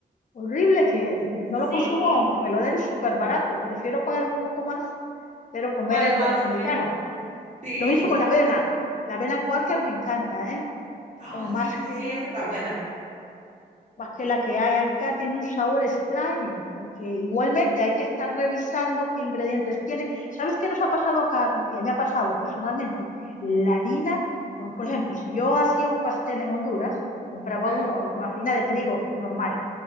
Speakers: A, on the left (about 50°); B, on the right (about 45°).
A: horrible, que no lo
B: Sí,
A: consumo aunque me lo den súper barato. Prefiero pagar un poco más, pero comer
B: Para
A: el
B: el más
A: norteamericano.
B: bueno. Sí.
A: Lo mismo con la avena. La avena Quaker me encanta, ¿eh?
B: Oh,
A: Eh,
B: sí,
A: más
B: sí,
A: que...
B: sí, esta está buena.
A: más que la que hay acá tiene un sabor extraño, porque igualmente hay que estar revisando qué ingredientes tiene. ¿Sabes qué nos ha pasado acá? ¿Qué me ha pasado personalmente? La harina, con- por ejemplo, si yo hacía un pastel en Honduras, compraba
B: Ajá.
A: una, una harina de trigo normal.